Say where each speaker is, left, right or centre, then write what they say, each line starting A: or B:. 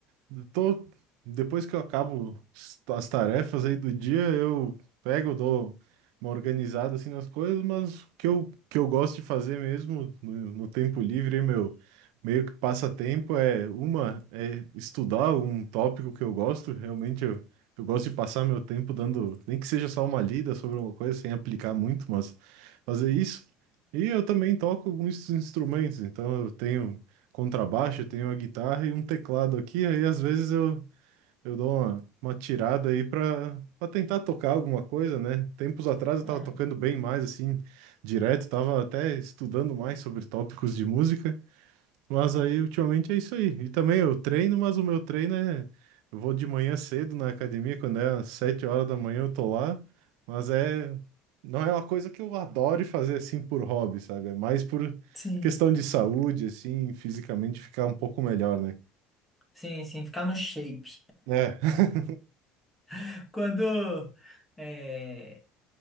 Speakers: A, on the right; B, in the centre.
A: Eu tô, depois que eu acabo as as tarefas aí do dia, eu pego, dou uma organizada assim nas coisas, mas o que eu, que eu gosto de fazer mesmo no, no tempo livre, meu meio que passatempo é uma, é estudar um tópico que eu gosto, realmente eu, eu gosto de passar meu tempo dando, nem que seja só uma lida sobre uma coisa, sem aplicar muito, mas fazer isso. E eu também toco alguns instrumentos, então eu tenho contrabaixo, tenho uma guitarra e um teclado aqui, aí às vezes eu, eu dou uma, uma tirada aí para tentar tocar alguma coisa, né? Tempos atrás eu
B: Hum,
A: tava tocando bem mais, assim, direto, tava até estudando mais sobre tópicos de música, mas aí, ultimamente, é isso aí. E também eu treino, mas o meu treino é. Eu vou de manhã cedo na academia, quando é às 7 horas da manhã eu tô lá. Mas é. Não é uma coisa que eu adore fazer assim por hobby, sabe? É mais por
B: sim,
A: questão de saúde, assim, fisicamente ficar um pouco melhor, né?
B: sim, sim, ficar no shape.
A: É. <laughs>
B: <laughs> Quando, é,